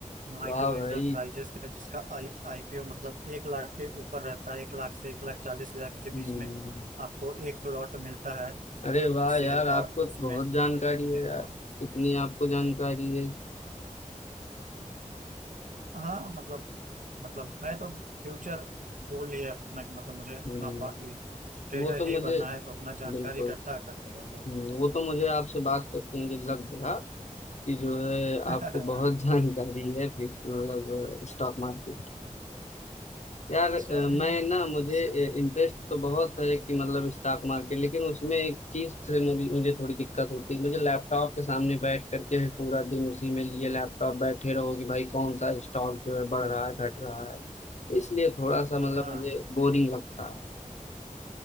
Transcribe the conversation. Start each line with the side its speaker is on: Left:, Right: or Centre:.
Right: माइक्रो
Left: वाह भाई
Right: इंटरप्राइजेस का जिसका आई आईपीओ मतलब एक लाख के ऊपर रहता है एक लाख से एक लाख चालीस हजार के बीच
Left: हम्म
Right: में आपको एक लॉट मिलता है
Left: अरे वाह
Right: शेयर
Left: यार आपको
Right: का
Left: तो
Right: उसमें
Left: बहुत जानकारी
Right: मुझे
Left: है
Right: लगा
Left: यार इतनी आपको जानकारी है
Right: हाँ मतलब मतलब मैं तो फ्यूचर गोल ही है अपना कि मतलब मुझे अपना
Left: हम्म,
Right: ट्रेडर
Left: वो तो मुझे
Right: ही बनना है तो अपना जानकारी
Left: बिल्कुल
Right: इकट्ठा करते रहते हैं
Left: हम्म, वो तो मुझे आपसे बात करके मुझे लग गया कि जो है
Right: हाँ
Left: आपको बहुत
Right: <laughs>
Left: <laughs> जानकारी है भी- मतलब स्टॉक मार्केट यार अ,
Right: चलिए
Left: मैं ना मुझे
Right: सही है
Left: इंटरेस्ट तो बहुत है कि मतलब स्टॉक मार्केट लेकिन उसमें एक चीज से मुझे मुझे थोड़ी दिक्कत होती है मुझे लैपटॉप के सामने बैठ करके भी पूरा दिन उसी में लिए लैपटॉप बैठे रहो कि भाई कौन सा स्टॉक जो है बढ़ रहा है घट रहा है इसलिए थोड़ा सा मतलब
Right: हाँ
Left: मुझे
Right: हाँ
Left: बोरिंग लगता है